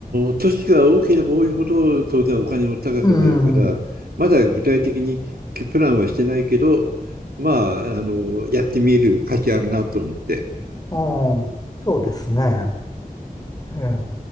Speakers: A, on the right; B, on the left.
A: ー、年が多ければ多いほど当然お金も高くなるから、
B: うん、う
A: まだ具体的にプランはしてないけど、まあ、あのーやってみる価値あるなと思って。
B: ん、そうですね。ええ、